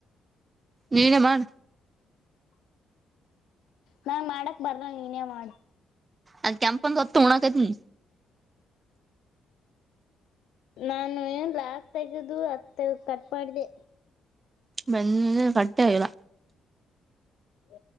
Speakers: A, on the right; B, on the left.
A: ನೀನೆ ಮಾಡ
B: ನಾ ಮಾಡಕ್ ಬರಲ್ ನೀನೇ ಮಾಡು
A: ಆ ಕೆಂಪುದ್ ಹೊತ್ತು ಮುಣಗತೈತಿ
B: ನಾನು ಏನ್ ಲಾಸ್ಟ್ ಪೇಜ್ ಅದು ಹತ್ ಕಟ್ ಮಾಡಿದೆ
A: ಮನ್ನ ಕಟ್ಟ ಆ ಇಲ್ಲ
B: ಹ